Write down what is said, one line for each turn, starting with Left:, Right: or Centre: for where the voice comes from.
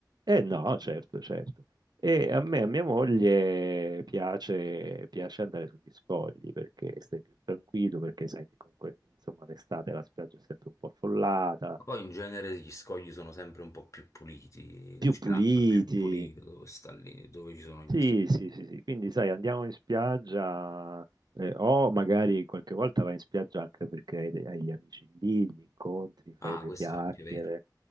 Right: eh, no, certo, certo. E a me, a mia moglie piace, piace andare sugli scogli perché stai più tranquillo, perché sai che comunque, insomma, l'estate la spiaggia è sempre un po' affollata,
Left: Poi in genere gli scogli sono sempre un po' più puliti,
Right: più
Left: cioè
Right: puliti.
Left: l'acqua è più pulita dove sta lì, dove ci sono gli
Right: Sì,
Left: scogli.
Right: sì, sì, sì. Quindi sai, andiamo in spiaggia eh, o magari qualche volta vai in spiaggia anche perché hai, de- hai gli amici lì, li incontri, fai
Left: Ah,
Right: due
Left: questo
Right: chiacchiere.
Left: è anche vero.